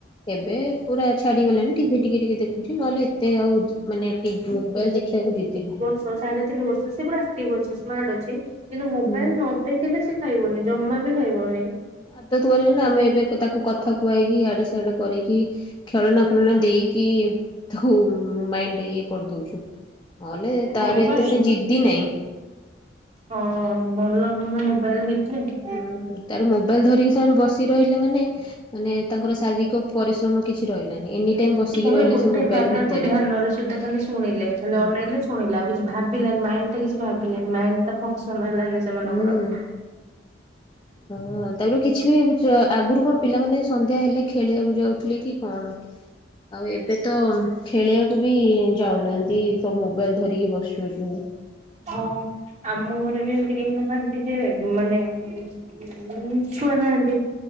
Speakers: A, on the left; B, on the right.
A: ଏବେ ପୁରା ଛାଡିଗଲେଣି ଟିଭି ଟିକେ ଟିକେ ଦେଖୁଛି। ନହେଲେ ଏତେ ଆଉ ମାନେ ଟିଭୁ ମୋବାଇଲ ଦେଖିବାକୁ ଯିଦି ନାଇଁ।
B: ସନ ସାଢେ ତିନି ବର୍ଷ ସେ ପୁରା ଆକ୍ଟିଭ ଅଛି ସ୍ମାର୍ଟ ଅଛି କିନ୍ତୁ ମୋବାଇଲ
A: ହୁଁ
B: ନୁ ଦେଖିଲେ ସେ ଖାଇବନି ଜମା ବି ଖାଇବନି।
A: ଆଦତ କରିବେନି ନା,
B: ସେଠି
A: ଆମେ ଏବେ ତାକୁ କଥା କୁଆଇକି ଇଆଡ଼େ ସିଆଡେ କରିକି ଖେଳନା ଫେଳନା ଦେଇକି। ତାକୁ ମାଇଣ୍ଡି ଇଏ କରିଦଉଛୁ। ନହେଲେ
B: ହଁ
A: ତାର
B: ବା
A: ଏତେ ମେ ଜିଦି ନାହିଁ।
B: ହଁ ଭଲ ନୁହେ ନା ମୋବାଇଲ ଦେଖିଲେ।
A: ହୁଁ ତାର ମୋବାଇଲ ଧରିକି ସେମାନେ ବସି ରହିଲେ ମାନେ ମାନେ ତାଙ୍କର ଶାରୀରିକ ପରିଶ୍ରମ କିଛି ରହିଲାନି। ଏନି ଟାଇମ ବସିକି
B: ତାପରେ
A: ରହିଲେ
B: ଗୋଟେ
A: ସେ ମୋବାଇଲ
B: ଜାଗାକୁୁ
A: ଭିତରେ।
B: ଧ୍ୟାନ ନରେ ସିଏତେ ଖାଲି ଶୁଣିଲେ ଖାଲି
A: ହୁଁ
B: ଅନେଇଲେ ଶୁଣିଲେ ଆଉ କିଛି ଭାବିଲାନି ମାଇଣ୍ଡି ଟା କିଛି ଭାବିଲାନି ମାଇଣ୍ଡି ଫୋକସନ ହେଲାନି। ସେମାନଙ୍କର।
A: ହୁଁ। ହଁ ତାପରେ କିଛି ବି ବିଚ ଆଗରୁ କଣ ପିଲାମାନେ ସନ୍ଧ୍ୟା ହେଲେ ଖେଳିବାକୁ ଯାଉଥିଲେ କି କଣ ଆଉ ଏବେ ତ ଖେଳିବାକୁ ବି ଯାଉନାହାନ୍ତି ସବୁ ମୋବାଇଲ ଧରିକି ବସିଯାଉଛନ୍ତି।
B: ଓହୋ ଆମ ଘରେ ବି ଏମିତି କେହି ନାହାନ୍ତି ଯେ ମାନେ ଉଁ ଛୁଆ ନାହାନ୍ତି।